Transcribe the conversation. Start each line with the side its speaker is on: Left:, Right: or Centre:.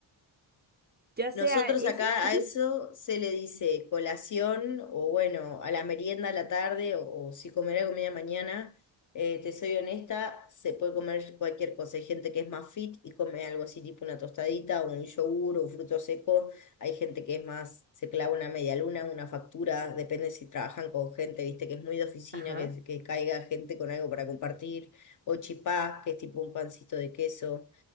Right: Ya sea
Left: Nosotros
Right: eso.
Left: acá
Right: ujú,
Left: a eso se le dice colación o bueno, a la merienda a la tarde o, o si comerá comida mañana. Eh, te soy honesta, se puede comer cualquier cosa. Hay gente que es más fit y come algo así tipo una tostadita o un yogur o un fruto seco. Hay gente que es más, se clava una media luna, una factura, depende si trabajan con gente, viste, que es muy de oficina,
Right: Ajá.
Left: que, que caiga gente con algo para compartir. O chipá, que es tipo un pancito de queso.